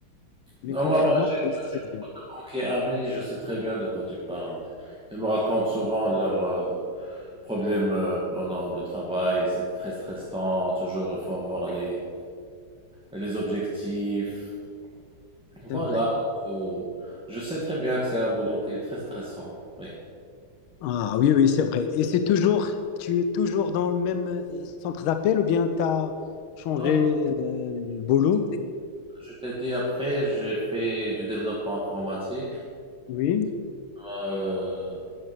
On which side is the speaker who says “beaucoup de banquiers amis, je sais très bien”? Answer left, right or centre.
Centre